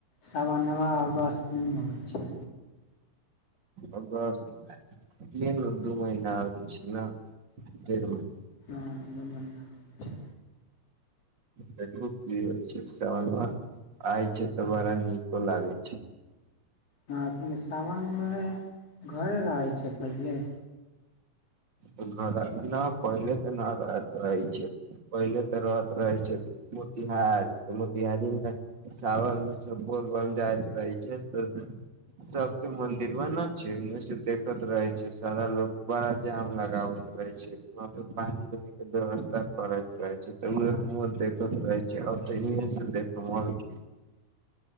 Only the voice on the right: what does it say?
अगस्तमे इहे न दू महिना आगे छै, न तीन महिना
देखु की होइ छै, सवनबा आइ छै तऽ, बरा नीको लागै छै।
ऊ खा ला। ना पहिले तऽ ना रहत रहे छे, पहिले तऽ रह रहै छेलिये, मोतिहारी त मोतिहारी मे सावन मे सब बोलबम जाइत रहे छै त, सब के मंदिरबा ना छै, ओमे से देखत रहे छै सारा लोग, बड़ा जाम लाग लगाबैत रहै छै, उहाँ पे पानि- उनी के व्यवस्था करैत रहै छै तऽ, उ हमु देखैत रहै छै, अब तऽ हियें से देखब, और की।